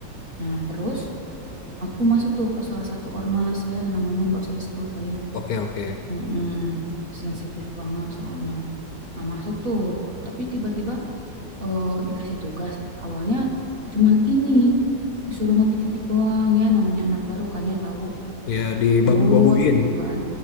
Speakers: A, on the right (about 30°); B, on the left (about 65°).
A: Nah, terus aku masuk tuh ke salah satu ormas ya, namanya nggak usah disebut lah ya.
B: oke, oke.
A: Mm-mm, sensitif banget soalnya. Nah, masuk tuh, tapi tiba-tiba eh, dikasih tugas awalnya cuman ini disuruh ngetik-ngetik doang ya namanya anak baru kan ya tahu
B: Ya, dibabu-babuin.
A: nurut gitu kan.